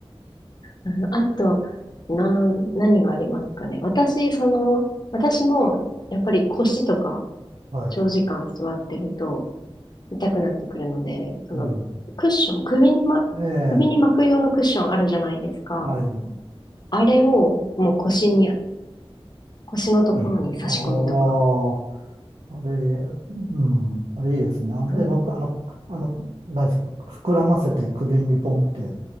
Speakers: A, on the left; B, on the right.
A: うん、あと、なん、何がありますかね。私、その、私も、やっぱり腰とか、
B: はい。
A: 長時間座ってると、痛くなってくるので、その、
B: うん。
A: クッション、首にま、
B: ええ。
A: 首に巻く用のクッションあるじゃないですか。
B: はい。
A: あれを、もう腰に、腰のところに差し込むとか。
B: うんああ。あれ、うん、あれいいですね。あの、
A: そう。
B: え、のっか、あの、あの、何ですか、膨らませて首にボンって